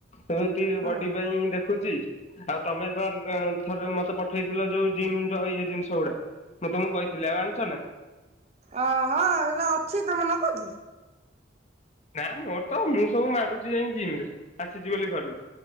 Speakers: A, on the left (about 35°); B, on the right (about 35°).
A: ଏବେ ଟିକେ
B: ହଁ
A: ବଡି ପାଇଁ ଦେଖ ଦେଖୁଛି ଆଉ ତମେ ତର ଥରେ ମତେ ପଠେଇଥିଲ ଯୋଉ ଜିମର ଇଏ ଜିନିଷ ଗୁଡା ମୁଁ ତମକୁ କହିଥିଲି ଆଉ ଆଣିଛ ନା।
B: ଅ ହଁ ଏଇଟା ଅଛି ତମେ ନେବ କି?
A: ନା ମୋର ତ ମୁଁ ସବୁ ମାରୁଛି ଯାଇ ଜିମରେ ଆସିଛି ବୋଲି ଘରକୁ।